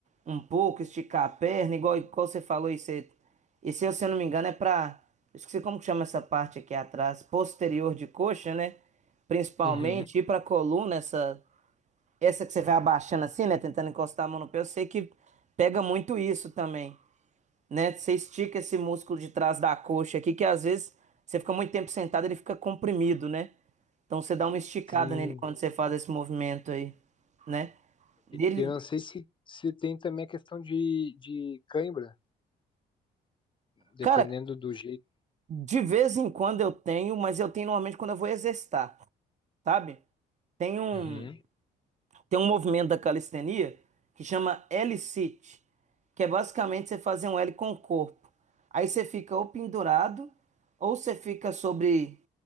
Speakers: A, on the right; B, on the left.
A: um pouco, esticar a perna, igual, igual você falou, isso é, isso, aí, se eu não me engano, é pra. Eu esqueci como que chama essa parte aqui atrás, posterior de coxa, né? Principalmente,
B: uhum.
A: ir pra coluna, essa, essa que você vai abaixando assim, né? Tentando encostar a mão no pé, eu sei que pega muito isso também né? Você estica esse músculo de trás da coxa aqui, que às vezes você fica muito tempo sentado, ele fica comprimido, né? Então você dá uma esticada
B: Sim.
A: nele quando você faz esse movimento aí, né? Ele,
B: Eu não sei se, se tem também a questão de, de cãibra, dependendo
A: cara,
B: do jeito.
A: de vez em quando eu tenho, mas eu tenho normalmente quando eu vou exercitar, sabe? Tem um,
B: Uhum.
A: Tem um movimento da calistenia que chama L-sit, que é basicamente você fazer um L com o corpo. Aí você fica ou pendurado, ou você fica sobre